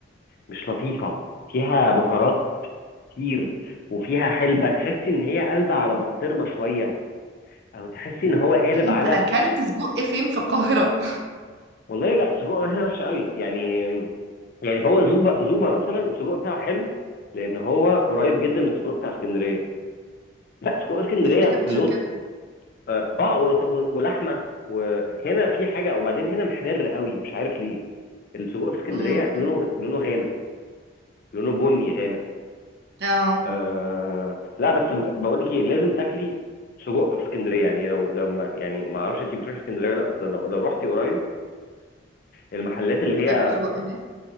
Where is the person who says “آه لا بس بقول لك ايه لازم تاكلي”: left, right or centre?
Left